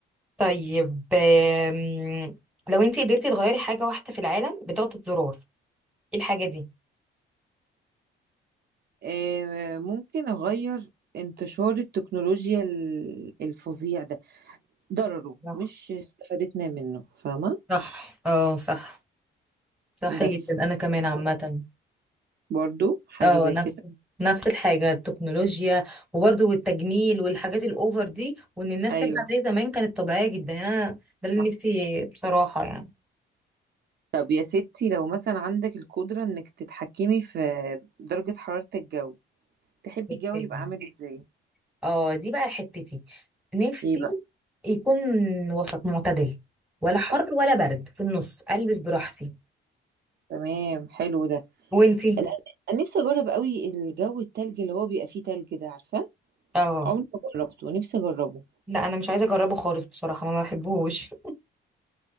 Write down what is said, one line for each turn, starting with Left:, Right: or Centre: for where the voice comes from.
Centre: طيب آم، لو انت قدرتي تغيري حاجة واحدة في العالم بضغطة زرار ايه الحاجة دي؟
Right: آه، ممكن أغير انتشار التكنولوجيا ال- الفظيع ده ضرره
Centre: صح
Right: مش استفادتنا منه فاهمة
Centre: صح اه صح صح
Right: بس
Centre: جدا انا كمان عامة
Right: وانت برضو حاجة
Centre: اه
Right: زي
Centre: نفس
Right: كده
Centre: نفس الحاجة التكنولوجيا وبرضو التجميل والحاجات الاوفر دي وان الناس
Right: أيوه
Centre: ترجع زي زمان كانت طبيعية جدا يعني انا ده
Right: صح
Centre: اللي نفسي بصراحة يعني
Right: طب يا ستي لو مثلا عندك القدرة إنك تتحكمي في درجة حرارة الجو تحبي
Centre: <laughs>
Right: الجو يبقى عامل إزاي؟
Centre: اه دي بقى حتتي نفسي
Right: إيه بقى؟
Centre: يكون وسط معتدل ولا حر
Right: أوكي.
Centre: ولا برد في النص البس براحتي
Right: تمام حلو ده
Centre: وانتي
Right: أنا أنا نفسي أجرب قوي الجو التلج اللي هو بيبقى فيه تلج ده عارفة؟
Centre: اه
Right: عمري ما جربته نفسي أجربه
Centre: لا انا مش عايزه اجربه خالص بصراحه ما بحبهوش